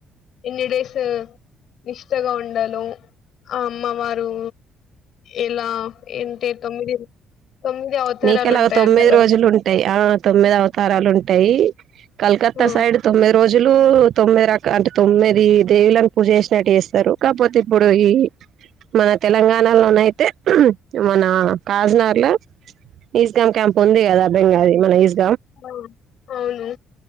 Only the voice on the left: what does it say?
ఎన్ని డేస్ నిష్ఠగా ఉండాలో ఆ అమ్మవారు ఎలా ఏంటే తొమ్మిది తొమ్మిది అవతారాలు
ఉంటాయంట
కదా
ఆ
ఆ అవును